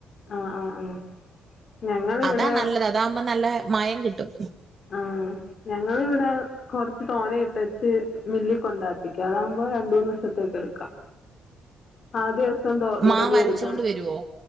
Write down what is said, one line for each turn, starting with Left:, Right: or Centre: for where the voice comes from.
Left: ആഹ് ആഹ് ആഹ് ഞങ്ങളിവിടെ
Right: അതാ നല്ലത് അതാകുമ്പോ നല്ല മയം കിട്ടും
Left: ആഹ് ഞങ്ങളിവിടെ കൊറച്ച് തോനെ ഇട്ടേച്ച് മില്ലിക്കൊണ്ടാട്ടിക്കും അതാ മ്പൊ രണ്ട്മൂന്ന് ദിവസത്തേക്കെടുക്കാം ആദ്യദിവസം ദോ
Right: മാ
Left: ഇഡലിയെട്ക്കും
Right: വരച്ചോണ്ട് വരുവോ